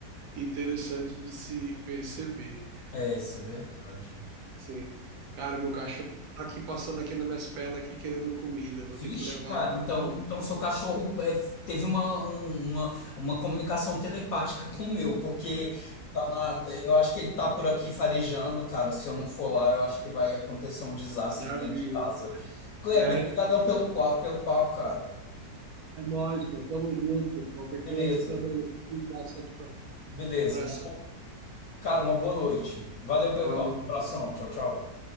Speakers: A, on the right; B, on the left.
A: interessante de se perceber.
B: É, isso é verdade.
A: Sim. Cara, meu cachorro tá aqui passando aqui nas minhas pernas aqui querendo comida. Eu Vou
B: Vixe,
A: ter que levar
B: cara,
A: lá.
B: então,
A: Então,
B: então seu cachorro é, teve uma, um- uma, uma comunicação telepática com o meu, porque tá na- eu acho que ele tá por aqui farejando, cara. Se eu não for lá, eu acho que vai acontecer um desastre
A: Já
B: dentro
A: viu,
B: de casa. Kleber,
A: né?
B: brigadão pelo, pa- pelo papo, cara.
A: É nóis, pô. Tamo junto. Qualquer
B: Beleza,
A: coisa, tamo aí. Um abraço.
B: beleza.
A: Abração.
B: Uma bo- cara, uma boa noite. Valeu pelo
A: Boa
B: papo.
A: noite.
B: Um abração. Tchau, tchau.